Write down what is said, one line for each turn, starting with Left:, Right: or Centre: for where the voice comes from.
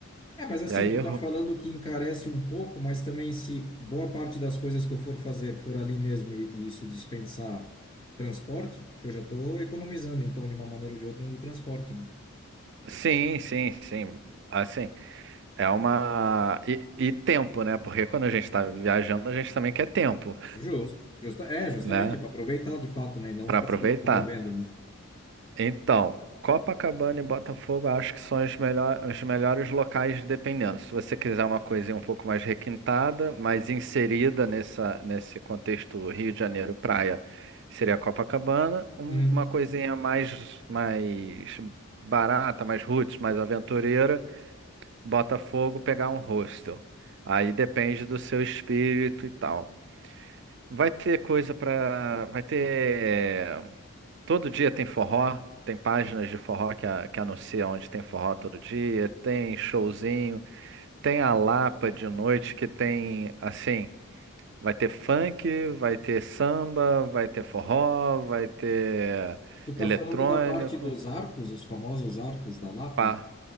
Left: É, mas assim,
Right: E aí,
Left: tu
Right: ro-
Left: tá falando que encarece um pouco, mas também se boa parte das coisas que eu for fazer for ali mesmo e, e isso dispensar transporte, eu já tô economizando, então, de uma maneira ou de outra, no transporte, né?
Right: sim, sim, sim. Assim, é uma. E, e tempo, né? Porque quando a gente está viajando, a gente também quer tempo,
Left: Justo. Justa, é, justamente,
Right: <laughs>
Left: é para
Right: né?
Left: aproveitar de fato, né? E não
Right: Para
Left: ficar
Right: aproveitar.
Left: se locomovendo, né?
Right: Então, Copacabana e Botafogo acho que são os, melhor- os melhores locais, dependendo. Se você quiser uma coisinha um pouco mais requintada, mais inserida nessa, nesse contexto Rio de Janeiro praia, seria Copacabana. Um-
Left: Uhum.
Right: uma coisinha mais, mais barata, mais roots, mais aventureira, Botafogo pegar um hostel. Aí depende do seu espírito e tal. Vai ter coisa para, vai ter Todo dia tem forró, tem páginas de forró que, a- que anunciam onde tem forró todo dia, tem showzinho, tem a Lapa de noite que tem, assim, vai ter funk, vai ter samba, vai ter forró, vai ter
Left: Tu tá
Right: eletrônico,
Left: falando da parte dos arcos, os famosos arcos da Lapa,
Right: pá,
Left: ali?